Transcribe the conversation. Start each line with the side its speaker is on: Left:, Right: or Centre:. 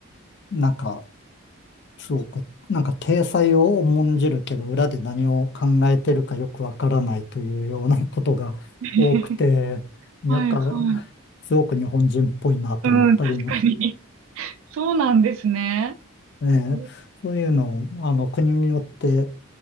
Left: ーなんか、すごく、なんか体裁を重んじるけど、裏で何を考えてるかよくわからないというようなことが多くて、
Right: <laughs>
Left: やっか、
Right: はいはい。
Left: すごく日本人っぽいなと思ったりも、
Right: うん、確かに。そうなんですね。
Left: ね、
Right: えー
Left: そういうの、あの、国によって、